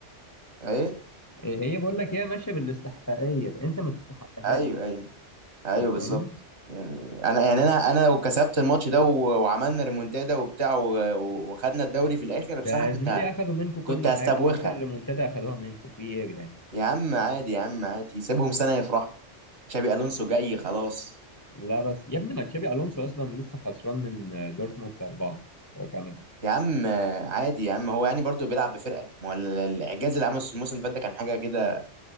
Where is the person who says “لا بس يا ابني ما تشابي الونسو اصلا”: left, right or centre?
Left